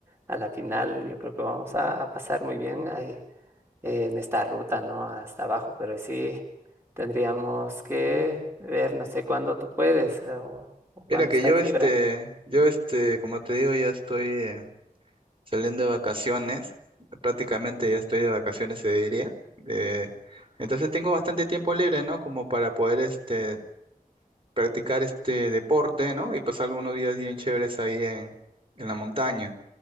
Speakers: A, on the right; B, on the right.
A: A la final yo creo que vamos a, a pasar muy bien ahí, eh, en esta ruta, ¿no? Hasta abajo, pero sí tendríamos que ver, no sé cuándo tú puedes eh, o, o cuándo
B: Mira que
A: estás
B: yo este
A: libre.
B: yo este como te digo ya estoy eh, Salían de vacaciones, prácticamente ya estoy de vacaciones, se diría. Eh, entonces tengo bastante tiempo libre, ¿no? Como para poder este, practicar este deporte, ¿no? Y pasar unos días bien chéveres ahí en, en la montaña.